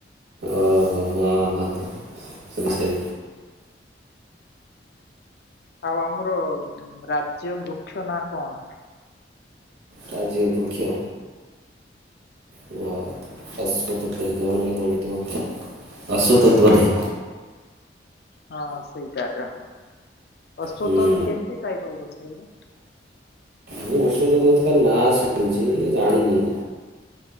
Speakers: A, on the right (about 75°); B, on the left (about 60°).
A: ଓହୋ ହ ହଁ ହଁ ସବୁ ସେ
B: ଆଉ ଆମର ରାଜ୍ୟ ବୃକ୍ଷ ନାଁ କଣ।
A: ରାଜ୍ୟ ବୃକ୍ଷ। ଅ ଅଶ୍ୟତତ ହେଇଥିବ ନହେଲେ କଣ ହେଇଥିବ ଅଶ୍ୟତତ ବୋଧେ।
B: ହଁ ସେଇଟା ଆକା ଅଶ୍ୟତତ
A: ହୁଁ,
B: କେମିତି କାଇ କୋଉ ଗଛକିରେ।
A: ମୁଁ ଔଷତ ଦଉଚି ନାଶୁଣିଚି ଜାଣିନି।